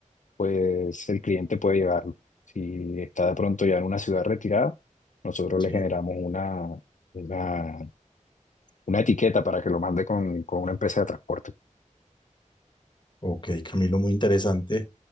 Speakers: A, on the left; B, on the left.
A: pues el cliente puede llevarlo. Si está de pronto ya en una ciudad retirada, nosotros
B: sí.
A: le generamos una, una, una etiqueta para que lo mande con, con una empresa de transporte.
B: Ok, Camilo, muy interesante.